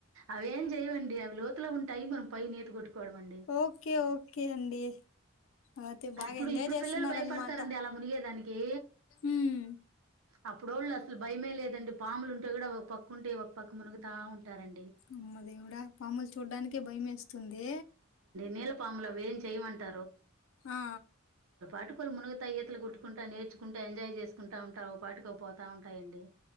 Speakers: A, on the right; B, on the left.
A: అవేం చెయ్యండి అవి లోతులో ఉంటాయి మనం పై నేత కొట్టుకు అండి
B: ఓకే ఓకే అండి అయితే బాగా
A: ఇప్పుడు
B: ఎంజాయ్
A: ఇప్పుడు
B: చేస్తున్నారనమాట
A: పిల్లలు భయపడతారండి అలా మునిగేదానికి
B: ఉమ్
A: అప్పుడోళ్ళు అసలు భయమే లేదండి పాములు ఉంటే కూడా ఒక పక్క ఉంటే ఒక పక్క మునుగుతా ఉంటా అవునం
B: అమ్మ దేవుడా పాములు చూడ్డానికే భయం వేస్తుంది
A: నలపా చేయంట
B: ఆ
A: ఎప్పుడు మునగతా ఈతలు కొట్టుకుంటా నేర్చుకుంటా ఎంజాయ్ చేసుకుంటా ఉంటారు అవి పాటికి అవి పోతా ఉంటాయండి.